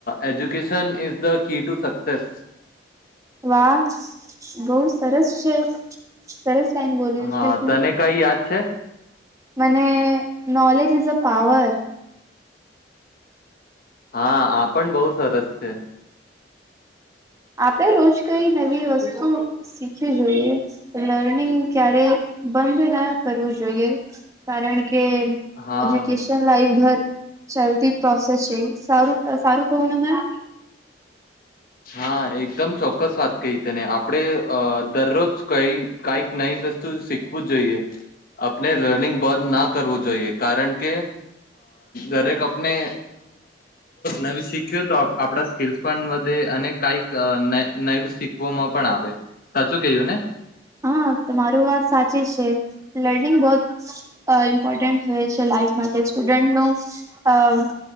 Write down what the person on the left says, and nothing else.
education is the key to success.
હા
તને કઈ યાદ છે?
હા આપ પણ બહુ સરસ છે.
હા
હા એક એકદમ ચોક્કસ વાત કહી તેને આપણે અ દરરોજ ક કઈક નઈ વસ્તુ શીખવું જોઈએ, આપણે રનિંગ બન ના કરવું જોઈએ કારણ કે, દરેક આપને નવી શીખ્યું તો આપ આપડા સ્કીલ્સ પણ વધે અને કઈક નવું શીખવામાં પણ આવે, સાચું કયું ને?